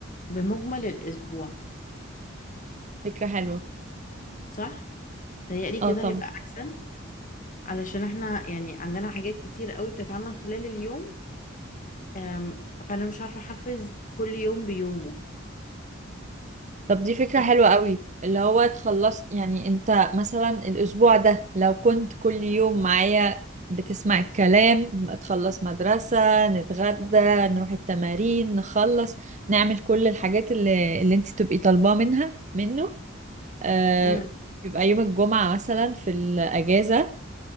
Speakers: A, on the left; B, on the right.
A: بمجمل الأسبوع
B: فكرة حلوة
A: صح؟ تهيألي كده
B: اه طبعا
A: هيبقى أحسن علشان احنا يعني عندنا حاجات كتير قوي بتتعمل خلال اليوم أم، فأنا مش عارفة أحفز كل يوم بيومه
B: طب دي فكرة
A: صح؟
B: حلوة قوي اللي هو تخلص يعني انت مثلا الأسبوع ده لو كنت كل يوم معايا بتسمع الكلام تخلص مدرسة نتغدى نروح التمارين نخلص نعمل كل الحاجات اللي, اللي انت تبقي طالباه منها منه آه
A: امم
B: يبقى يوم الجمعة مثلا في الأجازة